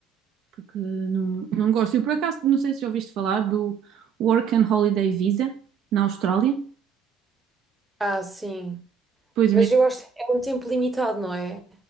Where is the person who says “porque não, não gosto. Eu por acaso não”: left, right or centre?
Right